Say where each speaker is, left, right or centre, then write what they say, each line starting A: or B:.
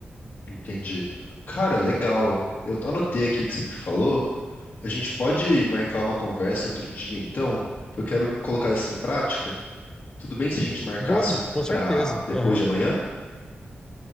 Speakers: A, on the left; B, on the left.
A: entendi. Cara, legal. Eu anotei aqui o que você me falou. A gente pode marcar uma conversa outro dia, então, que eu quero colocar isso em prática. Tudo bem se a gente marcasse
B: Boa, com
A: para
B: certeza.
A: depois
B: Aham.
A: de amanhã?